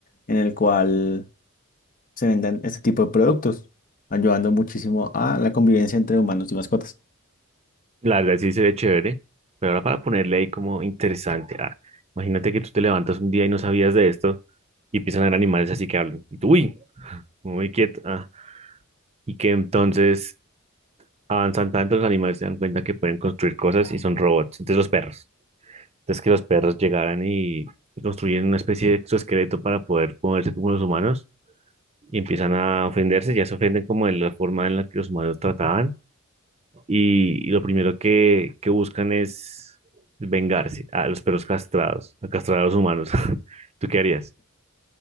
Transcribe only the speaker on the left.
en el cual se vendan este tipo de productos, ayudando muchísimo a la convivencia entre humanos y mascotas.